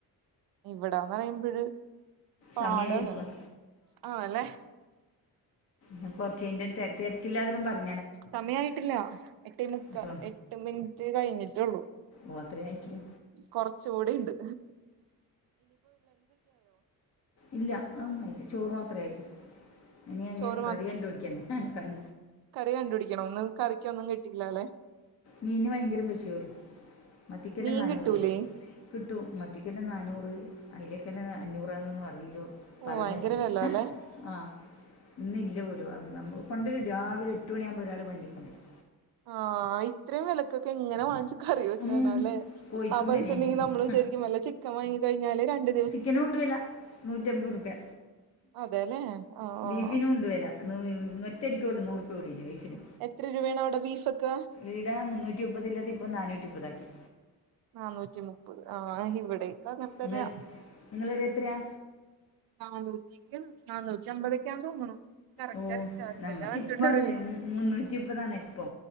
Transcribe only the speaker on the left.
സമയമായിരിക്കും
ഞാ കൊർച്ചഴിഞ്ഞിട്ട് തെര് തെരക്കില്ലാതേരം പറയ്
പക്ഷേ
ഓഹ് അത്രേ ആയിട്ടുള്ളൂ
ഇല്ല അതൊന്നും ആയില്ല ചോറ് മാത്ര ആയിറ്റുള്ളൂ ഇനി അതിന്
കറി കണ്ട് പിടിക്കണ്ടെ കൺ
മീന് ഭയങ്കര പൈഷോലൂ മത്തിക്കല്ല
നാനൂറ്‌
പോലും കിട്ടു, മത്തിക്കെല്ലാം നാനൂറ് അയിലേക്കെല്ലാം അഞ്ഞൂറാെന്ന്ന്ന് പറഞ്ഞല്ലോ
പറയുന്ന
കേട്ട്
ഏഹ് ആഹ് ഇന്നില്ല പോലും നമ്മ കൊണ്ടുവരും രാവിലെ എട്ട് മണിയ ആകുമ്പോ ഒരാൾ വണ്ടി കൊണ്ടുവരും
ഉം,
കോഴിക്കും
വില
തന്നെ
ചിക്കനും ഉണ്ടുവില നൂറ്റിയമ്പത്റുപ്യ
ബീഫിനും ഉണ്ട് വല ഒറ്റടിക്ക പോലു നൂറുപ്യ കൂടീന് ബീഫിന്
ഈടെ മുന്നൂറ്റി മുപ്പതുള്ളത് ഇപ്പം നാനൂറ്റി മുപ്പതാക്കി
നിങ്ങൾ നിങ്ങളുടെ എത്രയാ
ഓ
നമുക്ക്
ഇപ്പാന്ന് മുന്നൂറ്റി മുപ്പതാണ് ഇപ്പൊ